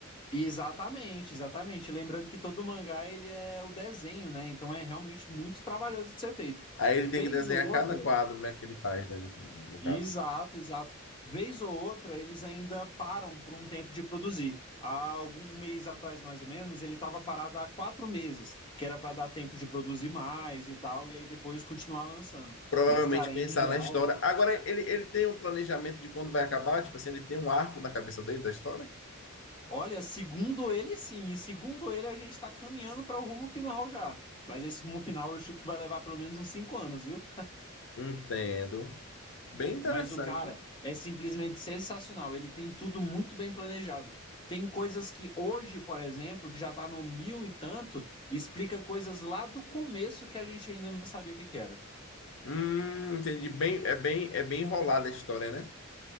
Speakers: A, on the left; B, on the left.
A: E Exatamente, exatamente. Lembrando que todo mangá ele é o desenho, né? Então é realmente muito trabalhoso de ser feito.
B: Aí ele
A: Vez
B: tem que desenhar
A: ou outra,
B: cada quadro, né, que ele faz, né, no, no
A: Exato,
B: caso.
A: exato. Vez ou outra, eles ainda param por um tempo de produzir. Há algum um mês atrás, mais ou menos, ele estava parado há quatro meses, que era para dar tempo de produzir mais e tal, e aí depois continuar lançando.
B: provavelmente
A: Mas, cara,
B: pensar
A: em geral,
B: na história. Agora, ele, ele tem um planejamento de quando vai acabar? Tipo assim, ele tem um arco na cabeça dele da história?
A: olha, segundo ele, sim, e segundo ele, a gente está caminhando para o rumo final já. Mas esse rumo final eu chuto que vai levar pelo menos uns cinco anos, viu?
B: Entendo. Bem interessante.
A: Mas o cara é simplesmente sensacional. Ele tem tudo muito bem planejado. Tem coisas que hoje, por exemplo, que já tá no mil e tanto, explica coisas lá do começo que a gente ainda não sabia o que que era.
B: Hum, entendi. Bem, é bem, é bem enrolada a história, né?